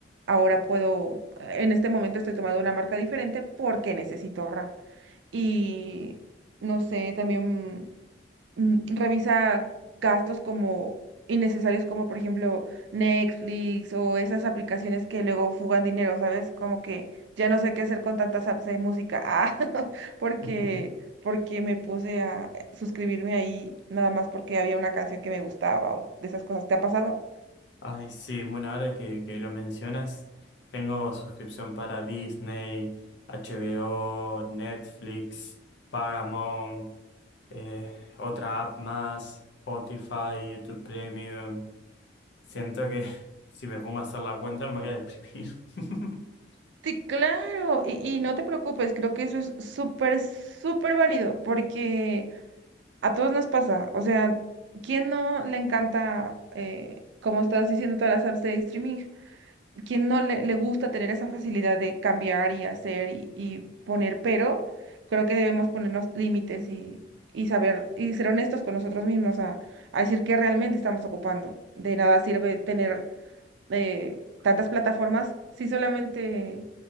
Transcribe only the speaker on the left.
<laughs>
Ay, sí, bueno, ahora que, que lo mencionas, tengo suscripción para Disney, HBO, Netflix, Paramount, eh, otra app más, Spotify, YouTube Premium. Siento que <laughs> si me pongo a hacer la cuenta me voy a deprimir. <laughs>